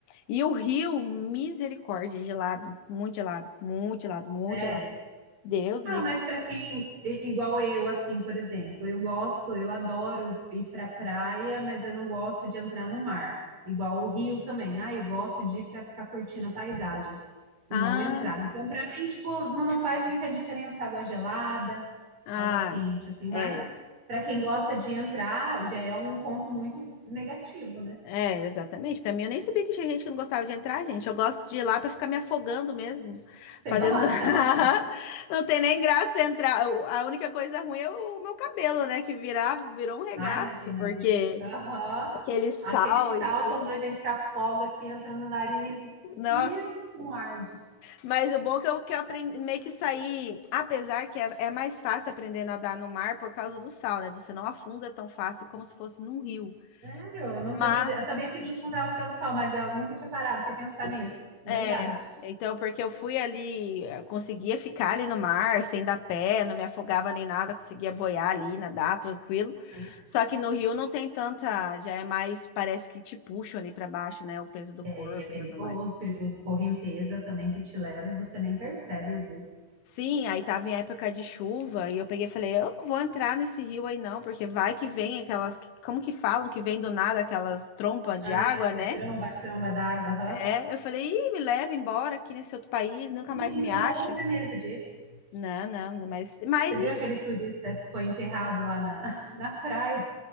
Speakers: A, on the left; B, on the right.
A: E o rio, misericórdia, gelado, muito gelado, muito gelado, muito
B: Sério.
A: gelado. Deus
B: Ah,
A: livre.
B: mas para quem i- igual eu, assim, por exemplo, eu gosto, eu adoro ir para praia, mas eu não gosto de entrar no mar. Igual o Rio também. Ah, eu gosto de ir para ficar curtindo a paisagem e
A: Ah.
B: não entrar. Então, para mim, tipo, não não faz muita diferença água gelada,
A: Ah,
B: água quente, assim, mas
A: é,
B: para quem gosta de entrar, já é um ponto muito negativo, né?
A: é, exatamente. Pra mim, eu nem sabia que tinha gente que não gostava de entrar, gente. Eu gosto de ir lá pra ficar me afogando mesmo,
B: Você
A: fazendo.
B: gosta?
A: <laughs> Não tem nem graça entrar. O- A única coisa ruim é o meu cabelo, né? Que virar, virou um regaço,
B: Ai, menina,
A: porque
B: vira. Aham.
A: aquele sal
B: Aquele sal
A: e tudo.
B: quando a gente se afoga que entra no nariz. Deus,
A: Nossa.
B: como arde.
A: Mas o bom é que eu, que eu aprendi meio que sair, apesar que é, é mais fácil aprender a nadar no mar por causa do sal, né? Você não afunda tão fácil como se fosse num rio.
B: Sério, eu não
A: Mas
B: sabia. de- Eu sabia que não afundava por causa do sal, mas eu nunca tinha parado para pensar nisso. Verdade.
A: É, então, porque eu fui ali, eh, conseguia ficar ali no mar, sem dar pé, não me afogava nem nada, conseguia boiar ali, nadar tranquilo.
B: Uhum.
A: Só que no rio não tem tanta, já é mais, parece que te puxam ali pra baixo, né? O peso do
B: É,
A: corpo
B: e é perigoso,
A: e tudo mais.
B: perigoso correnteza também que te leva e você nem percebe às vezes.
A: Sim, aí tava em época de chuva e eu peguei e falei, eu não vou entrar nesse rio aí não, porque vai que vem aquelas, como que falam que vem do nada aquelas trompas
B: Ah,
A: de água,
B: esse
A: né?
B: é tromba, tromba d'água, aham.
A: É, eu falei, Ih, me leva embora aqui nesse outro país, nunca
B: Menina,
A: mais me acho.
B: eu morro de medo disso.
A: Não, não, não, mas, mas
B: Você viu
A: enfim.
B: aquele turista que foi enterrado lá na, <laughs> na praia?